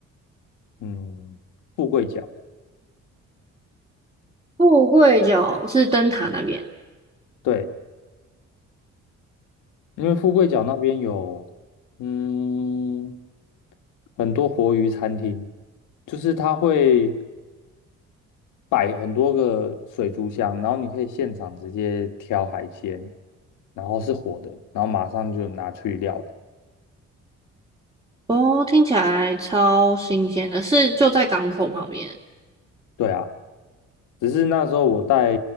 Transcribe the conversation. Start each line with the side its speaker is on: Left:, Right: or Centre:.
Left: 嗯，富贵角，
Right: 富贵角是灯塔那边，
Left: 对，因为富贵角那边有，嗯，很多活鱼餐厅，就是它会摆很多个水族箱，然后你可以现场直接挑海鲜，然后是活的，然后马上就拿去料理。
Right: 哦，听起来超新鲜的，是就在港口旁边。
Left: 对啊，只是那时候我带